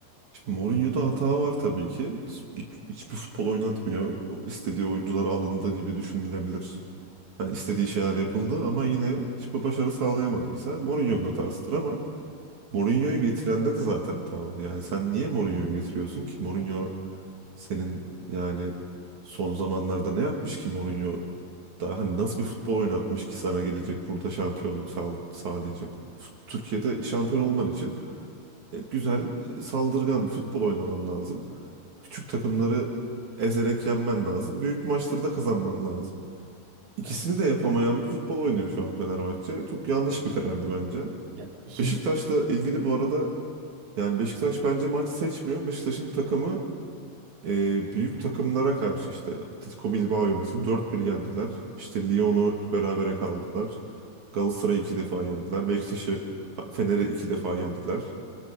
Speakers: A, on the right; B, on the right.
A: Şimdi Mourinho'da hata var tabii ki. Hiç- Hiçbir futbol oynatmıyor. O İstediği oyuncular alındı gibi düşünülebilir. Hani istediği şeyler yapıldı ama yine hiçbir başarı sağlayamadıysa Mourinho'nun hatasıdır ama Mourinho'yu getirende de zaten hata var. Yani sen niye Mourinho'yu getiriyorsun ki? Mourinho senin yani son zamanlarda ne yapmış ki Mourinho? Daha hani nasıl bir futbol oynatmış ki sana gelecek burada şampiyonluk sağ- sağlayacak? F- Türkiye'de şampiyon olman için e, Güzel, saldırgan bir futbol oynaman lazım. Küçük takımları ezerek yenmen lazım. Büyük maçları da kazanman lazım. İkisini
B: Ha,
A: de yapamayan bir futbol oynuyor şu an Fenerbahçe. Çok yanlış bir karardı bence.
B: Ya hiç
A: Beşiktaş'la ilgili bu arada yani Beşiktaş bence maç seçmiyor. Beşiktaş'ın takımı e, büyük takımlara karşı işte Atletico Bilbao'yu mesela 4-1 yendiler. İşte Lyon'u berabere kaldılar. Galatasaray'ı iki defa yendiler. Beşiktaş'ı Fener'i iki defa yendiler.